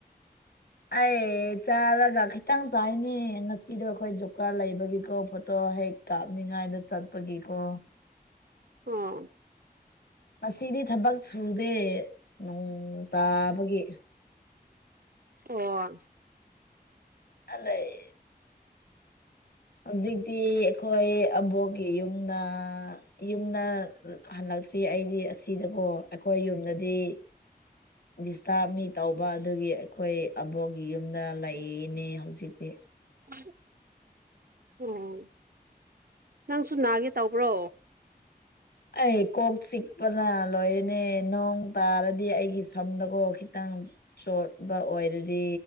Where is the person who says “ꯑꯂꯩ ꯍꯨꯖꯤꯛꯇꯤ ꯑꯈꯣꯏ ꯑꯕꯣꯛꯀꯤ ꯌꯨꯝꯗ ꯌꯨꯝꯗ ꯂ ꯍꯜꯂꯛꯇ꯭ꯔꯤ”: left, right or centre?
Left